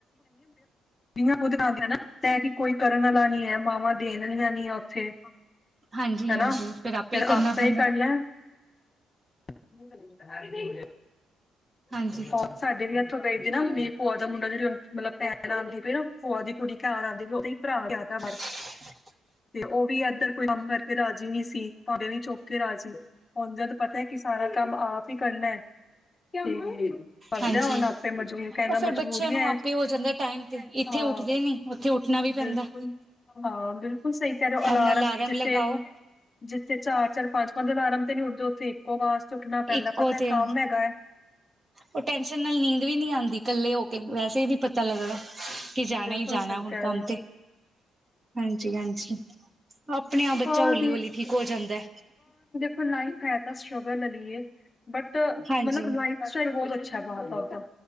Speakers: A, on the left; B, on the right.
A: ਮੈਂ ਖੁਦ ਨਾਲ ਉਹਦੇ ਨਾ ਕਿ ਕੋਈ ਕਰਨ ਵਾਲਾ ਨੀ ਹੈ ਮਾਵਾਂ ਦੇਣ ਵਾਲੀਆਂ ਨੀ ਉੱਥੇ।
B: ਹਾਂਜੀ
A: ਹੈ
B: ਹਾਂਜੀ
A: ਨਾ, ਫੇਰ
B: ਹੀ ਕਰਨਾ
A: ਆਪੇ
B: ਪੈਂਦਾ
A: ਹੀ ਕਰ ਲੈਣ। <inaudible>
B: ਹਾਂਜੀ
A: ਹਾਂ। ਸਾਡੇ ਵੀ ਇੱਥੋਂ ਗਏ ਸੀ ਨਾ ਭੂਆ ਦਾ ਮੁੰਡਾ ਜਿਹੜੀ ਮਤਲਬ ਭੈਣ ਲਉਂਦੀ ਪਈ ਨਾ ਭੂਆ ਦੀ ਕੁੜੀ ਘਰ ਆਉਂਦੀ ਉਹਦੀ, ਭਰਾ ਜ਼ਿਆਦਾ ਮਰ
B: ਹ <inaudible>
A: ਤੇ ਉਹ ਵੀ ਇਧਰ ਕੋਈ ਕੰਮ ਕਰਕੇ ਰਾਜ ਰਾਜੀ ਨਹੀਂ ਸੀ ਭਾਂਡੇ ਨੀ ਚੁੱਕ ਕੇ ਰਾਜੀ ਹੁਣ ਜਦ ਪਤਾ ਹੈ ਕਿ ਸਾਰਾ ਕੰਮ ਆਪ ਹੀ ਕਰਨਾ ਹੈ। <inaudible> ਕਰਦੇ
B: ਹਾਂਜੀ
A: ਹੁਣ ਆਪੇ ਮਜਬੂ ਕਹਿੰਦਾ
B: ਉਹ
A: ਮਜਬੂਰੀਆਂ,
B: ਫੇਰ ਬੱਚਿਆਂ ਨੂੰ ਆਪੇ ਹੋ ਜਾਂਦਾ ਟਾਈਮ ਤੇ ਇੱਥੇ
A: ਆਹ
B: ਉੱਠਦੇ ਨੀ ਉੱਥੇ ਉੱਠਣਾ ਵੀ ਪੈਂਦਾ
A: ਬਿਲੁ ਹਾਂ, ਬਿਲਕੁਲ ਸਹੀ ਕਹਿ ਰਹੇ ਹੋ ਅਲਾਰਮ
B: ਆਪਣਾ
A: ਜਿੱਥੇ
B: ਲਗਾਓ
A: ਜਿੱਥੇ ਚਾਰ-ਚਾਰ ਪੰਜ-ਪੰਜ ਅਲਾਰਮ ਤੇ ਨੀ ਉੱਠਦੇ ਉੱਥੇ ਇੱਕੋ ਆਵਾਜ਼ ਤੇ ਉੱਠਣਾ ਪੈਂਦਾ
B: ਇੱਕੋ
A: ਪਤਾ
B: ਤੇ
A: ਕੰਮ ਹੈਗਾ ਹੈ।
B: ਉਹ ਟੈਨਸ਼ਨ ਨਾਲ ਨੀਂਦ ਵੀ ਨਹੀਂ ਆਉਂਦੀ ਕੱਲੇ ਹੋ ਕੇ ਵੈਸੇ ਹੀ ਨੀ ਪਤਾ ਲੱਗਦਾ। ਕੀ ਜਾਣਾ
A: ਬਿਲਕੁਲ
B: ਹੀ ਜਾਣਾ
A: ਸਹੀ
B: ਹੁਣ
A: ਕਹਿ
B: ਕੰਮ
A: ਰਹੇ ਹੋ
B: ਤੇ, ਹਾਂਜੀ-ਹਾਂਜੀ। ਆਪਣੇ ਆਪ ਬੱਚਾ
A: ਬਾਹਰ
B: ਹੌਲੀ-ਹੌਲੀ ਠੀਕ ਹੋ ਜਾਂਦਾ।
A: ਹੁਣ ਨਾ ਹੀ ਫਾਇਦਾ ਸਟਰਗਲ ਲੈ ਲਈਏ ਬਟ
B: ਹਾਂਜੀ
A: ਮਤਲਬ ਲਾਈਨ ਮੌਸਮ ਬਹੁਤ ਅੱਛਾ ਬਾਹਰ ਦਾ